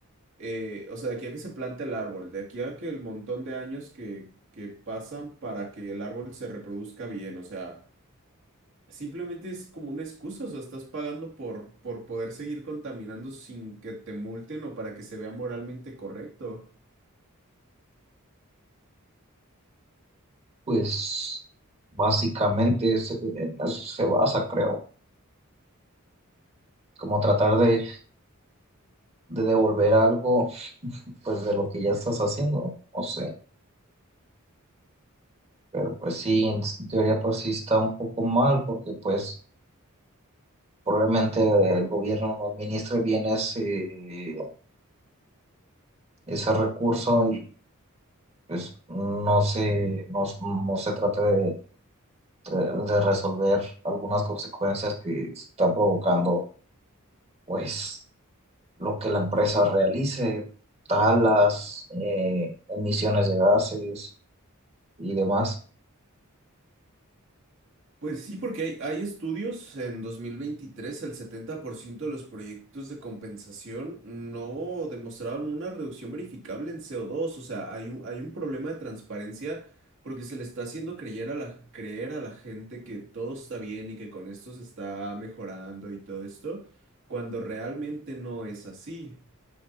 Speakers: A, on the right; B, on the right.
A: eh, o sea, de aquí a que se plante el árbol, de aquí a que el montón de años que, que pasan para que el árbol se reproduzca bien, o sea, simplemente es como una excusa, o sea, estás pagando por, por poder seguir contaminando sin que te multen o para que se vea moralmente correcto.
B: Pues básicamente es- en eso se basa, creo, como tratar de, de devolver algo pues de lo que ya estás haciendo, no sé. Pero pues sí, en s- teoría pues sí está un poco mal porque pues probablemente el gobierno no administre bien ese, ese recurso y pues no se, no, s- no se trate de, de resolver algunas consecuencias que está provocando pues lo que la empresa realice, talas, eh, emisiones de gases y demás.
A: Pues sí, porque hay, hay estudios en 2023 el 70% de los proyectos de compensación no demostraron una reducción verificable en co dos, O sea, hay un, hay un problema de transparencia porque se le está haciendo creer a la, creer a la gente que todo está bien y que con esto se está mejorando y todo esto, cuando realmente no es así.